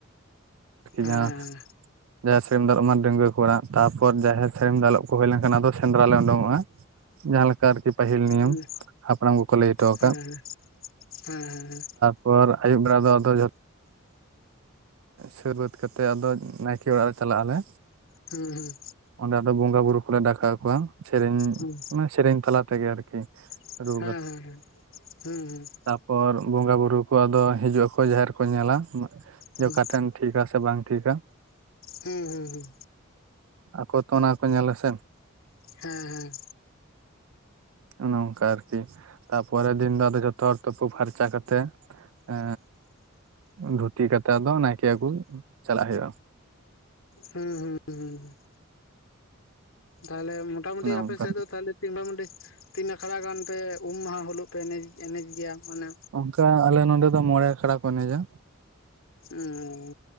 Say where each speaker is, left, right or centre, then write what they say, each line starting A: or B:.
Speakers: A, on the left; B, on the right.
A: ᱦᱮᱸ
B: ᱡᱟᱦᱟᱸ ᱡᱟᱦᱮᱨ ᱥᱟᱹᱲᱤᱢ ᱫᱟᱞᱚᱵ ᱢᱟ ᱰᱟᱺᱜᱟᱶᱟ ᱠᱚᱲᱟ ᱛᱟᱯᱚᱨ ᱡᱟᱦᱮᱨ ᱥᱟᱹᱲᱤᱢ ᱫᱟᱞᱚᱵ ᱠᱚ ᱦᱩᱭ ᱞᱮᱱ ᱠᱷᱟᱱ ᱟᱫᱚ ᱥᱮᱸᱫᱽᱨᱟ ᱞᱮ ᱩᱰᱩᱠᱚᱜᱼᱟ ᱡᱟᱦᱟ ᱞᱮᱠᱟ ᱟᱨᱠᱤ ᱯᱟᱹᱦᱤᱞ ᱱᱤᱭᱚᱢ
A: ᱦᱮᱸ
B: ᱦᱟᱯᱲᱟᱢ ᱠᱚ ᱠᱚ ᱞᱟᱹᱭ ᱦᱚᱴᱚ
A: ᱦᱮᱸ
B: ᱠᱟᱜ
A: ᱦᱮᱸ ᱦᱮᱸ
B: ᱯᱚᱨ ᱟᱭᱩᱵ ᱵᱮᱲᱟ ᱫᱚ ᱟᱫᱚ ᱡᱷᱚᱛᱚᱼᱼ ᱥᱟᱹᱛ ᱵᱟᱹᱛ ᱠᱟᱛᱮ ᱟᱫᱚ ᱱᱟᱭᱠᱮ ᱚᱲᱟᱜ ᱞᱮ ᱪᱟᱞᱟᱜ ᱟᱞᱮ
A: ᱦᱩᱸ ᱦᱩᱸ
B: ᱚᱸᱰᱮ ᱟᱫᱚ ᱵᱚᱸᱜᱟ ᱵᱩᱨᱩ ᱠᱚᱞᱮ ᱰᱟᱠᱟᱣ ᱟᱠᱚᱣᱟ ᱥᱮᱨᱮᱧᱼᱼ
A: ᱦᱩᱸ
B: ᱥᱮᱨᱮᱧ ᱛᱟᱞᱟ ᱛᱮᱜᱮ ᱟᱨᱠᱤ
A: ᱦᱮᱸ
B: ᱨᱩ
A: ᱦᱮᱸ ᱦᱮᱸ ᱦᱮᱸ ᱦᱮᱸ
B: ᱯᱚᱨ ᱵᱚᱸᱜᱟ ᱵᱩᱨᱩ ᱠᱚ ᱟᱫᱚ ᱦᱤᱡᱩᱜ ᱟᱠᱚ ᱡᱟᱦᱮᱨ ᱠᱚ ᱧᱮᱞᱟ᱾ ᱡᱮ
A: ᱦᱮᱸ
B: ᱚᱠᱟ ᱴᱷᱮᱱ ᱴᱷᱤᱠᱟ ᱥᱮ ᱵᱟᱝ ᱴᱷᱤᱠᱟ᱾
A: ᱦᱩᱸ ᱦᱩᱸ ᱦᱩᱸ
B: ᱟᱠᱚ ᱛᱚ ᱚᱱᱟ ᱠᱚ ᱧᱮᱞᱟ ᱥᱮ᱾
A: ᱦᱮᱸ
B: ᱚᱱᱮ ᱚᱱᱠᱟ ᱟᱨᱠᱤ ᱛᱟᱨᱯᱚᱨᱮᱨ ᱫᱤᱱ ᱫᱚ ᱟᱫᱚ ᱡᱚᱛᱚ ᱦᱚᱲ ᱛᱩᱯᱩ ᱯᱷᱟᱨᱪᱟ ᱠᱟᱛᱮᱜ ᱮ ᱫᱷᱩᱛᱤ ᱠᱟᱛᱮ ᱟᱫᱚ ᱱᱟᱭᱠᱮ ᱟᱜᱩ ᱪᱟᱞᱟᱜ ᱦᱩᱭᱩᱜᱼᱟ᱾
A: ᱦᱮᱸ ᱦᱩᱸ ᱦᱩᱸ ᱦᱩᱸ ᱛᱟᱦᱚᱞᱮ ᱢᱚᱴᱟᱢᱩᱴᱤ
B: ᱚᱱᱮ
A: ᱟᱯᱮᱥᱮᱫ
B: ᱚᱱᱠᱟ
A: ᱫᱚ ᱛᱟᱦᱞᱮ ᱢᱚᱴᱟᱢᱩᱴᱤ ᱛᱤᱱ ᱟᱠᱷᱲᱟ ᱜᱟᱱ ᱯᱮ ᱩᱢ ᱢᱟᱦᱟ ᱦᱤᱞᱩᱜ ᱯᱮ ᱮᱱ ᱮᱱᱮᱡ ᱜᱮᱭᱟ ᱢᱟᱱᱮ᱾
B: ᱚᱱᱠᱟ ᱟᱞᱮ ᱱᱚᱰᱮ ᱫᱚ ᱢᱚᱬᱮ ᱟᱠᱷᱲᱟ ᱠᱚ ᱮᱱᱮᱡᱟ᱾
A: ᱚ